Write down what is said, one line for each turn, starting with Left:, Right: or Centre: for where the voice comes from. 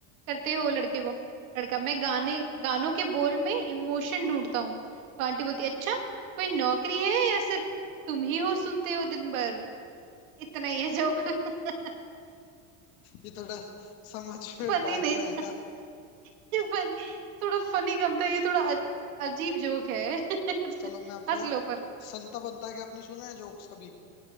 Right: करते हो लड़के को लड़का मैं गाने गानों के बोल में इमोशन ढूंढता हूँ तो आंटी बोलती है अच्छा कोई नौकरी है या सिर्फ तुम ही हो सुनते हो दिन भर इतना ही है जोक <laughs>
Left: ये थोड़ा समझ में
Right: फनी
Left: बाद
Right: नहीं
Left: में आया
Right: था <laughs> फन थोड़ा फनी कम था ये थोड़ा अ- अजीब जोक है <laughs>
Left: चलो मैं आपको
Right: हंस लो पर
Left: संता बनता के आपने सुना है जोक्स कभी